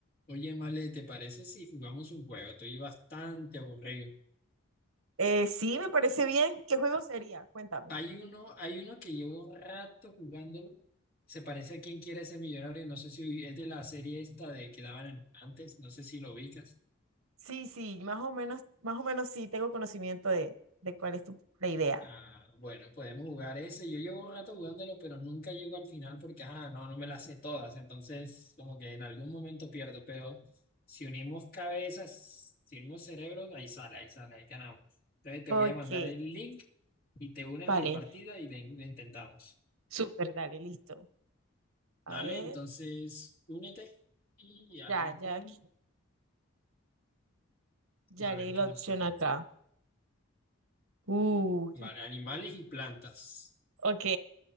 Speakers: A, on the left; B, on the right.
A: Oye, Male, ¿te parece si jugamos un juego? Estoy bastante aburrido.
B: Eh, sí, me parece bien. ¿Qué juego sería? Cuéntame.
A: Hay uno, hay uno que llevo rato jugándolo. Se parece a Quién quiere ser millonario. No sé si es de la serie esta de que daban en- antes. No sé si lo ubicas.
B: Sí, sí, más o menos, más o menos sí tengo conocimiento de, de cuál es tu, la idea.
A: Ah, bueno, podemos jugar ese. Yo llevo rato jugándolo, pero nunca llego al final porque, ah, no, no me las sé todas. Entonces, como que en algún momento pierdo, pero si unimos cabezas, si unimos cerebros, ahí sale, ahí sale, ahí ganamos. Entonces, te
B: Ok,
A: voy a mandar el link y te unes
B: vale.
A: a mi partida y le, le intentamos.
B: Súper, dale, listo. A
A: Dale,
B: ver,
A: entonces, únete y arrancamos.
B: ya, ya, aquí- ya
A: A
B: leí
A: ver
B: la
A: qué nos
B: opción
A: sale.
B: acá. Uh,
A: Vale, animales y plantas.
B: ok.